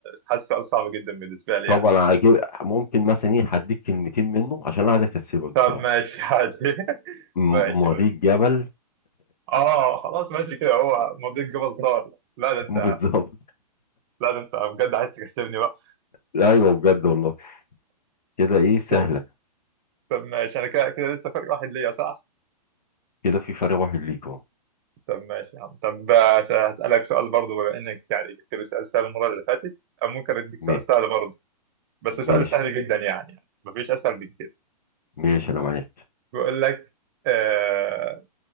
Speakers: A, on the right (about 40°); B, on the left (about 85°).
A: حاسس السؤال صعب جدا بالنسبة لي
B: طبعا
A: يعني
B: هجيب ممكن مثلا ايه هديك كلمتين منه عشان انا عايز اكسبك بصراحة
A: طب ماشي عادي <laughs>
B: م-
A: ماشي
B: مضيق
A: قول
B: جبل
A: اه خلاص ماشي كده هو مضيق جبل طارق لا ده أنت
B: <laughs> بالظبط
A: لا ده انت بجد عايز تكسبني بقى
B: ايوه بجد والله كده ايه
A: طب
B: سهلة
A: طب ماشي انا كده كده لسه فرق واحد ليا صح؟
B: كده في فرق واحد ليك اهو
A: طب ماشي يا عم طب آه، هسألك سؤال برضه بما انك يعني جبت لي سؤال سهل المرة اللي فاتت أو ممكن اديك
B: ما-
A: سؤال سهل برضه بس سؤال
B: ماشي
A: سهل جدا يعني يعني مفيش اسهل من كده
B: ماشي انا معاك
A: بيقول لك آه